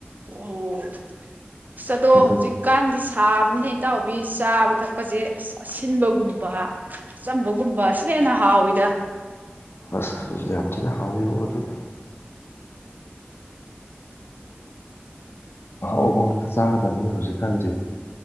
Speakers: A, on the right (about 45°); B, on the left (about 70°).
A: ꯑꯣ ꯑꯗꯣ
B: ꯑꯗꯨ
A: ꯍꯧꯖꯤꯛꯀꯥꯟꯗꯤ ꯁꯥꯕꯅꯦꯍꯦ ꯏꯇꯥꯎꯕꯤ ꯆꯥꯕ ꯊꯛꯄꯁꯦ ꯑꯁ ꯑꯁꯤꯟꯕꯒꯨꯝꯕ ꯑꯆꯝꯕꯒꯨꯝꯕ ꯑꯁꯤꯅ ꯍꯦꯟꯅ ꯍꯥꯎꯋꯤꯗ
B: ꯑꯁ ꯌꯥꯝ ꯊꯤꯅ ꯍꯥꯎꯋꯤ ꯑꯗꯨꯅ ꯑꯍꯥꯎꯕ ꯉꯥꯛꯇ ꯆꯥꯒꯗꯕꯅꯤ ꯍꯧꯖꯤꯛꯀꯥꯟꯁꯦ